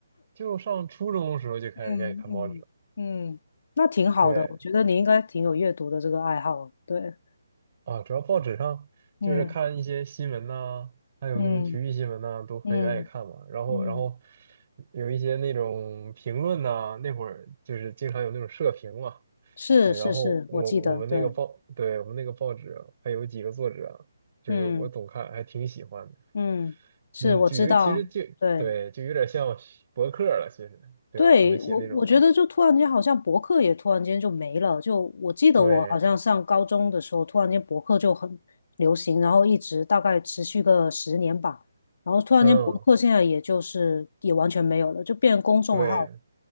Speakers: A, on the right; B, on the left.
A: 就上初中的时候就开始愿意看报纸了
B: 嗯嗯嗯，那挺好的，
A: 对。
B: 我觉得你应该挺有阅读的这个爱好，对，
A: 啊，主要报纸上就是看一些新闻呐、
B: 嗯
A: 还有那种体育新闻呐、
B: 嗯
A: 都很愿意看嘛。
B: 嗯。
A: 然后，
B: 嗯，
A: 然后有一些那种评论呐、那会儿就是经常有那种社评嘛。
B: 是是是，
A: 哎，然后我我们那个报，
B: 我记得，对，
A: 对，我们那个报纸还有几个作者，就是我总看，
B: 嗯
A: 还挺喜欢的。
B: 嗯，是我知道，
A: 嗯，就有其实就对，
B: 对
A: 就有点像博客了，其实对吧？
B: 对，
A: 他们写那种
B: 我我觉得就突然间好像博客也突然间就没了，就我记得我好像上高中的时候，
A: 对，
B: 突然间博客就很流行，然后一直大概持续个十年吧，然后突然间博客现在也就是也完全没有了，
A: 嗯，
B: 就变成公众号，
A: 对，